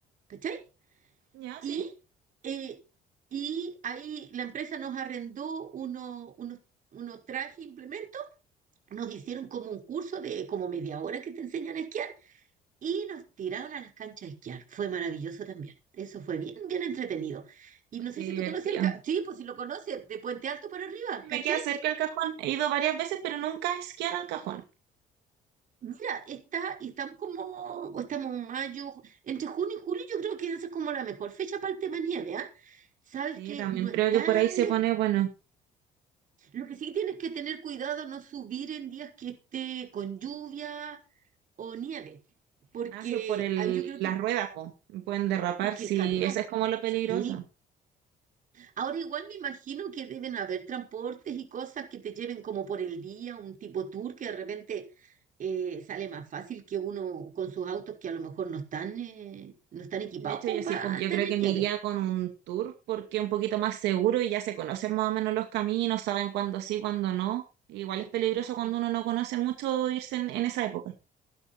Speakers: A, on the right (about 50°); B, on the right (about 85°).
A: ¿Cachai?
B: Ya,
A: Y,
B: sí.
A: eh, y ahí la empresa nos arrendó uno- unos, unos trajes, implementos, nos hicieron como un curso de como media hora que te enseñan a esquiar y nos tiraron a las canchas a esquiar. Fue maravilloso también. Eso fue bien, bien entretenido. Y
B: Ay,
A: no sé
B: qué
A: si
B: divertido.
A: tú conoces el... ca- Sí, pues si lo conoces, de Puente Alto para arriba,
B: Y
A: ¿cachai?
B: Me queda cerca el cajón. He ido varias veces, pero nunca a esquiar al cajón.
A: Mira, está, y estamos como, o estamos en mayo, ju- entre junio y julio, yo creo que esa es como la mejor fecha para el tema nieve, ¿ah? Sabes
B: Sí,
A: que
B: también
A: no
B: creo
A: está
B: que por ahí se
A: lejos
B: pone, bueno,
A: Lo que sí tienes que tener cuidado no subir en días que esté con lluvia o nieve, porque
B: gracias por el,
A: ahí yo creo que,
B: las ruedas, po. Pueden derrapar,
A: porque
B: sí,
A: el camino,
B: eso es como lo peligroso.
A: sí. Ahora igual me imagino que deben haber transportes y cosas que te lleven como por el día, un tipo tour que de repente eh, sale más fácil que uno con sus autos que a lo mejor no están, eh, no están equipados
B: De hecho,
A: como
B: yo sí,
A: para
B: pues
A: andar
B: yo creo
A: en
B: que
A: nieve.
B: me iría con un tour porque es un poquito más seguro y ya se conocen más o menos los caminos, saben cuándo sí, cuándo no. Igual es peligroso cuando
A: Sí.
B: uno no conoce mucho irse en, en esa época.